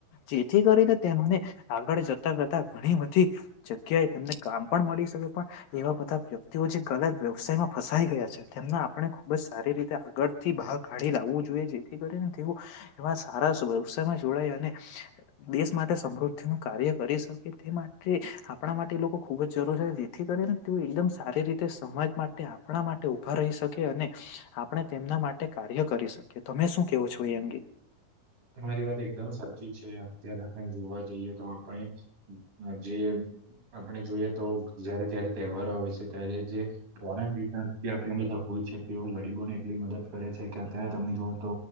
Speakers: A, on the left (about 70°); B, on the right (about 55°).
A: જેથી કરીને ને આગળ જતા કરતા ઘણી બધી જગ્યાએ તેમને કામ પણ મળી શકે પણ એવા બધા વ્યક્તિઓ જે ગલત વ્યવસાયમાં ફસાઈ ગયા છે તેમના આપણે ખુબ જ સારી રીતે આગળથી ભહાગ પાડી લાવવું જોઈએ જેથી કરી ને તેઓ એવા સારા <unintelligible> માં જોડાય અને દેશ માટે સમૃદ્ધિ નું કાર્ય કરી શકે તે માટે આપણા મા ટે એ લોકો ખૂબ જ જરૂર છે જેથી કરીને તેઓ એકદમ સારી રીતે સમાજ માટે આપણા માટે ઉભા રહી શકે અને આપણે તેમના માટે કાર્ય કરી શકીએ તમે શું કેવો છો એ અંગે
B: તમારી વાત એકદમ સાચી છે અત્યારે આપણે જોવા જઈએ તો આપણે જે આપડ જોઈએ તો જયારે ત્યારે તહેવારો આવે છે ત્યારે જે ફોરેન વ આપને બધૂ હોય છે તેઓ ગરીબોને એટલી મદદ કરે છે કે અત્યારે તમે જુઓ તો